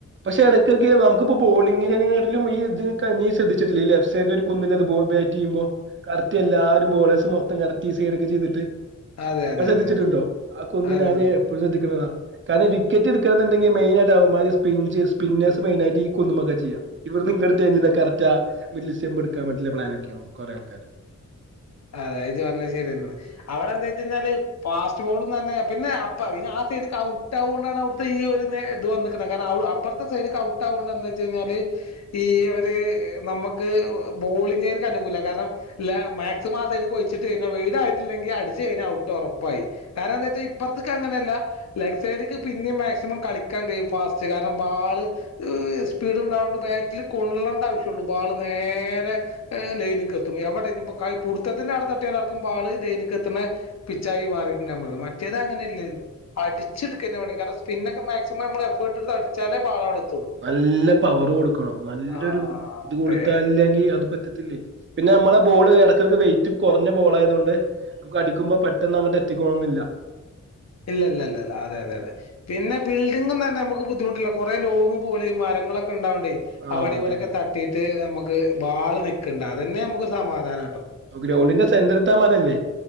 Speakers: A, on the right; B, on the left.
A: പക്ഷെ ഇടയ്ക്ക നമുക്കിപ്പ ബോളിങ്ങിനിലും ഇ നീ ശ്രദ്ധിച്ചിട്ടില്ല ഈ ലെഫ്റ്റ് സൈഡില ഒരു കുന്നില്ലത് ബാറ്റ് ചെയ്യുമ്പോ കറക്റ്റ് എല്ലാരും ബോളേഴ്സ് മൊ എടത്തി ഈ സൈഡ് കെ ചെയ്തിട്ട്
B: അതെ, അതെ,
A: അത് ശ്രദ്ധിച്ചിട്ടുണ്ടോ
B: അതെ.
A: ആ കൊന്ന്
B: അതെ.
A: ഞൻ എപ്പോഴും ശ്രദ്ധിക്കുന്നതാ കാരണം വിക്കറ്റ് എടുക്കണന്നുണ്ടെങ്കിൽ മെയിനായിട്ട് അവ മാര് സേ സ്പിന്നേഴ്സ് മെയ്നായിട്ട് കുന്നുമൊക്കെ ചെയ്യ ഇവിടുന്ന് ഇടു ചെയ്ത കറക്റ്റ് മിഡിൽ സ്റ്റേമ്പ് എടുകാ പ്ലാൻ നൊക്കെയാണ് കുറെ ആൾക്കാര്
B: അതെ അത് ഇജ്ജ് പറഞ്ഞെ ശരിയെന്നാണ് അവിടെ എന്താ വെച്ച് കഴിഞ്ഞാല് ഫാസ്റ്റ് ബോൾന്ന് പറഞ്ഞാ തന്നെ പിന്നെ അപ്പ പിന്നെ ആ സൈഡിക്ക് ഔട്ട് ആവുകൊണ്ടാണ് അവിടുത്തെ ഈ ഒരു ഇത് വന്ന്ക്കണേ കാരണം അപ്പർത്തെ സൈഡിക്ക് ഔട്ട് ആവുകൊണ്ട് എന്താച്ച് കഴിഞ്ഞാല് ഈ ഒര് നമ്മക്ക് ബോളിംഗാര്ക്ക് അനുകൂലാ കാരണം ലാ മാക് <unintelligible> ആ സൈഡ്ക്ക് ഒയിച്ചിട്ട് കഴിഞ്ഞാ വൈഡായിട്ടില്ലെങ്കി അടിച്ച് കയിഞ്ഞാ ഔട്ട് ഒറപ്പായി കാരണം എന്താ വെച്ചാ ഇപ്പർത്തേക്ക് അങ്ങനെയല്ല ലെഫ്റ്റ് സൈഡ്ക്ക് പിന്നെയും മാക്സിമം കളിക്കാൻ കഴും ഫാസ്റ്റ് കാരണം ബാള് സ്പീഡ് ഉണ്ടാവുകൊണ്ട് ബാറ്റിൽ കൊള്ളേണ്ട ആവശ്യമുള്ളു ബാള് നേരെ ലൈനിക്ക് എത്തും എവിടെ ഇനിപ്പോ ക പുടുത്തത്തിന്റെ അവിടെ തട്ടിയൽ ആർക്കും ബാള് ദൈനികത്തിന് പിച്ചായി മാറിയിട്ടുണ്ടത് മറ്റേത് അങ്ങനെ ഇല്ലായിരുന്നു അടിച്ചെടുക്കുന്ന വേണ കാരണം സ്പിന്നൊക്കെ മാക്സിമം നമ്മൾ എഫർട്ട എടുത്ത് അ ചില പാടടു
A: നല്ല പവറ് കൊടുക്കണം നല്ലൊരു
B: ആഹ്
A: ഇത് കൊടുത്താല്ലെങ്കിൽ
B: അതെ
A: അത് പറ്റി ല്ലേ പിന്നെ നമ്മളെ ബോള് ഇടക്കർക്ക് വെയിറ്റ് കുറഞ്ഞ ബോൾ ആയതൊണ്ട് നമുക്ക് അടിക്കുമ്പോ പെട്ടെന്ന് അങ്ങോട്ട് എത്തിക്കോണ എന്നില്ല
B: ഇല്ല ഇ ഇല്ല അതെ അതെ അതെ പിന്നെ ബിൽഡിംഗും തന്നെ നമുക്ക് ബുദ്ധിമുട്ടില്ല കുറെ ലോങ് പോലെ ഈ മരങ്ങളൊക്കെണ്ടാവ <unintelligible>
A: ആഹ്
B: അവിടെവിടെക്കെ
A: അതെ അതെ
B: തട്ടിട്ട് <unintelligible> ക്ക് ബാള് നക്കണ്ട് അത് തന്നെ നമുക്ക് സമാധാന
A: ഗ്രൗണ്ടിന്റെ സെന്റർത്ത് ആ മരമല്ലേ